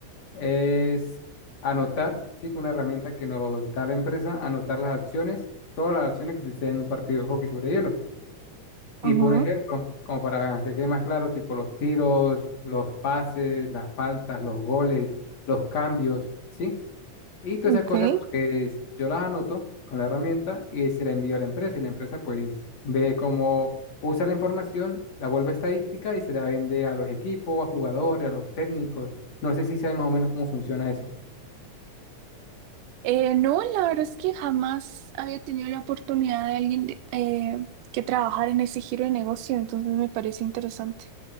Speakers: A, on the left; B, on the right.
A: es anotar, sí, con una herramienta que nos da la empresa, anotar las acciones, todas las acciones que suceden en un partido de hockey sobre hielo. Tipo
B: Ajá,
A: un ejemplo, como para que quede más claro, tipo los tiros, los pases, las faltas, los goles, los cambios, ¿sí? Y todas
B: ok.
A: esas cosas, pues yo las anoto con la herramienta y se la envío a la empresa. Y la empresa, pues, ve cómo usa la información, la vuelve estadística y se la vende a los equipos, a jugadores, a los técnicos. No sé si sabes más o menos cómo funciona eso.
B: Eh, no, la verdad es que jamás había tenido la oportunidad de alguien de- eh, que trabajar en ese giro de negocio, entonces me parece interesante.